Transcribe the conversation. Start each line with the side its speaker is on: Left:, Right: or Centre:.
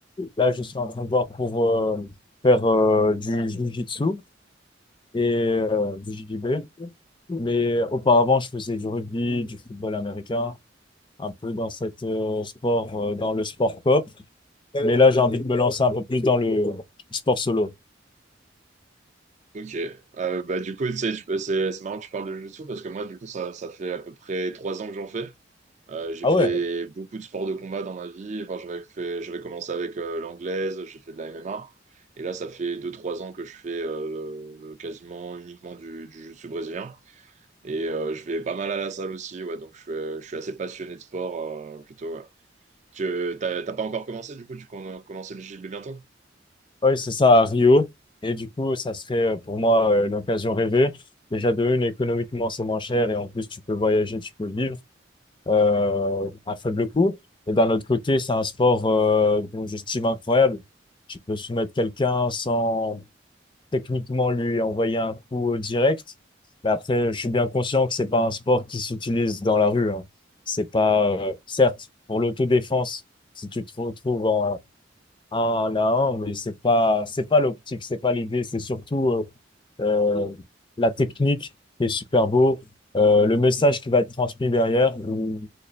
Left: là, je suis en train de voir pour euh, faire euh, du jiu-jitsu et euh, du JJB. Mais auparavant, je faisais du rugby, du football américain, un peu dans cette euh, sport, euh, dans le sport cop. Mais là, j'ai envie de me lancer un peu plus dans le sport solo.
Right: Ok. Euh, bah, du coup, tu sais, tu peux- c'est c'est marrant que tu parles de jiu-jitsu parce que moi, du coup, ça, ça fait à peu près trois ans que j'en fais. Euh, j'ai
Left: Ah
Right: fait
Left: ouais?
Right: beaucoup de sports de combat dans ma vie. Enfin, j'avais fait, j'avais commencé avec euh, l'anglaise, j'ai fait de la MMA. Et là, ça fait deux, trois ans que je fais euh, quasiment uniquement du, du jiu-jitsu brésilien. Et euh, je vais pas mal à la salle aussi. Ouais, donc, je, suis- je suis assez passionné de sport euh, plutôt. ouais. Tu euh, t'as t'as pas encore commencé, du coup, tu comptes commencer le JB bientôt?
Left: Oui, c'est ça, à Rio. Et du coup, ça serait euh, pour moi euh, l'occasion rêvée. Déjà, de une, économiquement, c'est moins cher et en plus, tu peux voyager, tu peux vivre euh, à faible coût. Et d'un autre côté, c'est un sport euh, dont j'estime incroyable. Tu peux soumettre quelqu'un sans techniquement lui envoyer un coup au direct. Mais après, je suis bien conscient que c'est pas un sport qui s'utilise dans la rue. hein. C'est pas, euh, certes, pour l'autodéfense, si tu te retrouves en, un à un, mais c'est pas, c'est pas l'optique, c'est pas l'idée, c'est surtout euh, euh, la technique qui est super beau, euh, le message qui va être transmis derrière, où